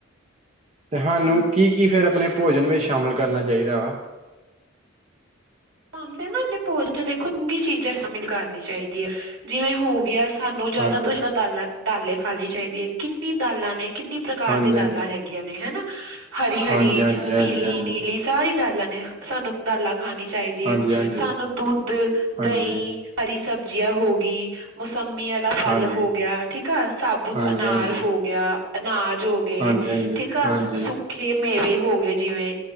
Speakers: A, on the right; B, on the right.
A: ਤੇ ਹਨੂ ਕੀ ਕੀ ਫਿਰ ਆਪਣੇ ਭੋਜਨ ਵਿੱਚ ਸ਼ਾਮਿਲ ਕਰਨਾ ਚਾਹੀਦਾ ਵਾ।
B: ਸਾਨੂੰ ਤੇ ਨਾ ਆਪਨੇ ਭੋਜਨ ਚ ਦੇਖੋ ਚੰਗੀ ਚੀਜ਼ਾਂ ਸ਼ਾਮਿਲ ਕਰਨੀ ਚਾਹੀਦੀ ਹੈ ਜਿਵੇਂ ਹੋ ਗਿਆ। ਸਾਨੂੰ ਜ਼ਿਆਦਾ
A: ਹਾਂਜੀ
B: ਤੋਂ ਜਿਆਦਾ ਦਾਲਾਂ ਦਾਲੇ ਖਾਨੀ ਚਾਹੀਦੀ ਹੈ ਕਿੰਨੀ ਦਾਲਾਂ ਨੇ ਕਿੰਨੀ‌। ਪ੍ਰਕਾਰ
A: ਹਾਂਜੀ
B: ਦੀ
A: ਹਾਂਜੀ
B: ਦਾਲਾਂ ਹੈਗੀਆਂ ਨੇ ਹਨਾ ਹਰੀ ਹਰੀ
A: ਹਾਂਜੀ ਹਾਂਜੀ
B: ਪੀਲੀ
A: ਹਾਂਜੀ
B: ਨੀਲੀ। ਸਾਰੀ ਦਾਲਾਂ ਨੇ ਸਾਨੂੰ ਦਾਲਾਂ ਖਾਨੀ ਚਾਹੀਦੀ
A: ਹਾਂਜੀ
B: ਏ
A: ਹਾਂਜੀ
B: ਸਾਨੂੰ ਦੁੱਧ,
A: ਹਾਂਜੀ
B: ਦਹੀਂ। ਹਰੀ ਸਬਜ਼ੀਆਂ ਹੋ ਗਈ। ਮੌਸੰਮੀ ਵਾਲਾ ਫਲ
A: ਹਾਂਜੀ
B: ਹੋ ਗਿਆ ਠੀਕ ਆ ਸਾਬੁਤ
A: ਹਾਂਜੀ
B: ਅਨਾਰ
A: ਹਾਂਜੀ
B: ਹੋ ਗਿਆ, ਅਨਾਜ ਹੋ ਗਿਆ ਗਏ
A: ਹਾਂਜੀ ਹਾਂਜੀ ਹਾਂਜੀ
B: ਠੀਕਾ
A: ਹਾਂਜੀ
B: ਸੁੱਕੇ ਮੇਵੇ ਹੋ ਗਏ ਜਿਵੇਂ